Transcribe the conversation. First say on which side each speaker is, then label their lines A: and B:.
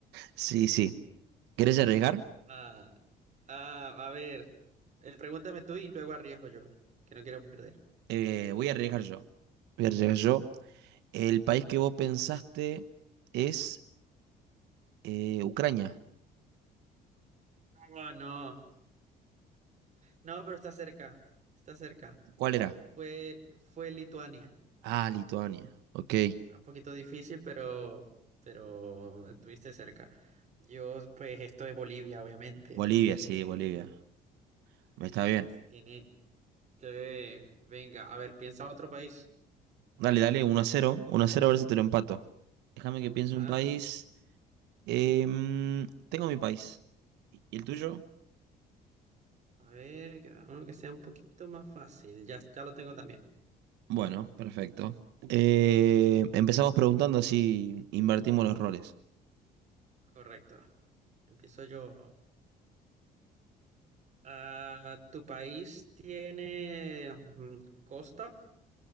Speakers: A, on the right; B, on the right.
A: Sí, sí. ¿Querés arriesgar?
B: Ah, ah, a ver, eh, pregúntame tú y luego arriesgo yo, que no quiero perder.
A: Eh, voy a arriesgar yo. Voy a arriesgar yo. El país que vos pensaste es eh, Ucrania.
B: No, no, no, pero está cerca, está cerca.
A: ¿Cuál era?
B: Fue, fue Lituania.
A: Ah, Lituania. Ok.
B: Está un poquito difícil, pero, pero estuviste cerca. Yo, pues, esto es Bolivia, obviamente,
A: Bolivia,
B: porque
A: sí, Bolivia. Me está
B: si,
A: bien.
B: si tiene, te- venga, a ver, piensa otro país.
A: Dale, dale, uno a cero, uno a cero a ver si te lo empato. Déjame que piense
B: Ajá.
A: un país. Em, tengo mi país. ¿Y el tuyo?
B: A ver, que- uno que sea un poquito más fácil. Ya, ya lo tengo también.
A: Bueno, perfecto. Eh, empezamos preguntando si invertimos los roles.
B: Correcto. Empiezo yo. Ah, ¿tu país tiene mm, costa?